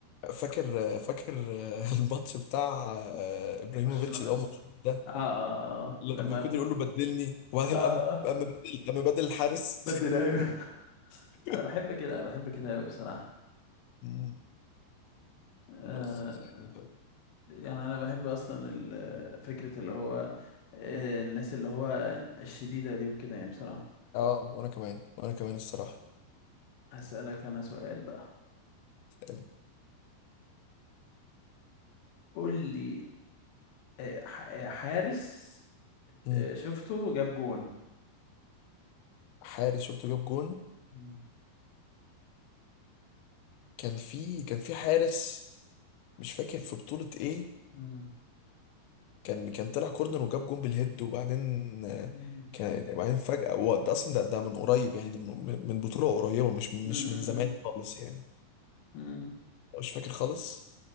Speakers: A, on the left; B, on the left.
A: فاكر فاكر <laughs> الماتش بتاع آه، ابراهيموفيتش
B: برشلونة
A: ده الماتش ده
B: اه اه اه
A: لما
B: لما
A: فضل يقول له بدلني وبعدين
B: اه
A: قام
B: اه
A: قام بدل قام بدل الحارس
B: بدل ايوه <laughs>
A: <laughs>
B: انا بحب كده انا بحب كده قوي بصراحه
A: مم.
B: آه
A: بس يعني طيب.
B: يعني انا بحب اصلا ال- فكره اللي هو آه الناس اللي هو الشديده دي وكده يعني بصراحه
A: اه وانا كمان وانا كمان الصراحه
B: هسألك انا سؤال بقى
A: يعني
B: قول لي آه، ح- آه، حارس
A: مم.
B: آه، شفته جاب جون
A: حارس شفته جاب جون
B: مم.
A: كان في كان في حارس مش فاكر في بطوله ايه
B: مم.
A: كان كان طلع كورنر وجاب جون بالهيد وبعدين آه،
B: مم.
A: كان بعدين فجأة وقت اصلا ده ده من قريب يعني دي من من من بطولة قريبة مش مش
B: مم.
A: من زمان خالص يعني
B: مم.
A: مش فاكر خالص